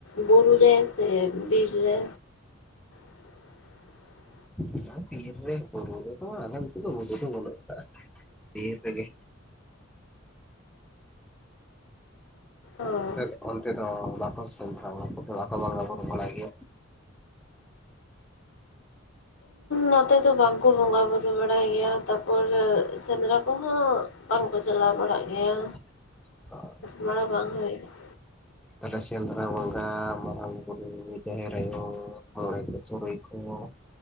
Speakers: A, on the left; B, in the centre.
A: ᱵᱩᱨᱩ ᱨᱮ ᱥᱮ ᱵᱤᱨ ᱨᱮ? <inaudible>
B: ᱚᱱᱟ ᱵᱤᱨ ᱨᱮ, ᱵᱩᱨᱩ ᱨᱮᱫᱚ ᱟᱞᱮ ᱱᱚᱛᱮ ᱫᱚ ᱵᱩᱨᱩ ᱫᱚ ᱵᱟᱹᱱᱩᱜᱼᱟ ᱵᱤᱨ ᱨᱮᱜᱮ᱾
A: ᱚ
B: <inaudible> ᱛᱮ ᱫᱚ ᱵᱟᱠᱚ ᱥᱮᱸᱫᱽᱨᱟ ᱵᱟᱲᱟᱭ ᱠᱚᱛᱮ, ᱵᱟᱠᱚ ᱵᱚᱸᱜᱟ ᱵᱩᱨᱩ ᱵᱟᱲᱟᱭ ᱜᱮᱭᱟ᱾
A: ᱱᱚᱛᱮ ᱫᱚ ᱵᱟᱝ ᱠᱚ ᱵᱚᱸᱜᱟ ᱵᱩᱨᱩ ᱵᱟᱲᱟᱭ ᱜᱮᱭᱟ, ᱛᱟᱯᱚᱨ ᱥᱮᱸᱫᱽᱨᱟ ᱠᱚᱦᱚᱸ ᱵᱟᱝ ᱠᱚ ᱪᱟᱞᱟᱣ ᱵᱟᱲᱟᱜ ᱜᱮᱭᱟ᱾
B: <inaudible>
A: ᱢᱟᱱᱮ ᱵᱟᱝ ᱦᱳᱭᱳᱜ ᱜᱮᱭᱟ ᱾
B: ᱛᱟᱦᱚᱞᱮ ᱥᱮᱸᱫᱽᱨᱟ ᱵᱚᱸᱜᱟ, ᱢᱟᱨᱟᱝ ᱵᱩᱨᱩ, ᱡᱟᱦᱮᱨ ᱟᱭᱳ, ᱢᱚᱬᱮ ᱠᱚ ᱛᱩᱨᱩᱭ ᱠᱚ ᱠᱚ